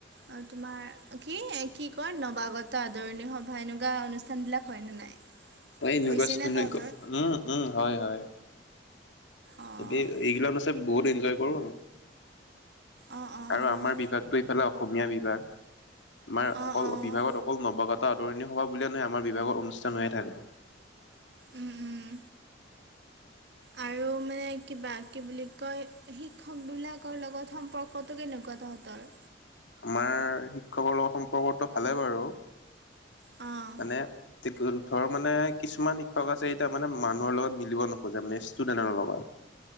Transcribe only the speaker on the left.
এই এনোকা
ইস্কো
নাই কো উম, উম, হয়-হয়।
এ এইগিলা হৈছে বহুত এনজয় কৰো।
আৰু আমাৰ বিভাগটো ইফালে অসমীয়া বিভাগ, আমাৰ
অকল
বিভাগত অকল নৱগত আদৰণি সভা বুলিয়ে নহয় আমাৰ বিাগৰ অনুষ্ঠান হৈয়ে থাকে। <inaudible>
আমাৰ শিক্ষকৰ লগত সম্পৰ্কটো ভালে বাৰু।
মানে ধৰ মানে কিছুমান শিক্ষক আছে এতিয়া মানে মানুহৰ লগত মিলিব নোখোজে মানে ষ্টুডেণ্টৰ লগত।